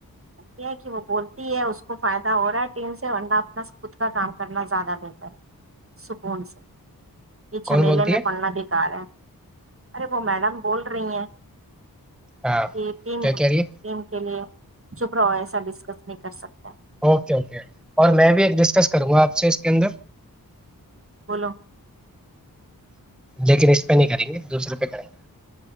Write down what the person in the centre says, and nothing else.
کون بولتی
ہے
ہاں
کیا کہہ رہی ہے
اوکے اوکے اور میں بھی ایک ڈسکس کروں گا آپ اچھا اس کے اندر
لیکن اس پہ نہیں کریں گے دوسرے پہ کریں گے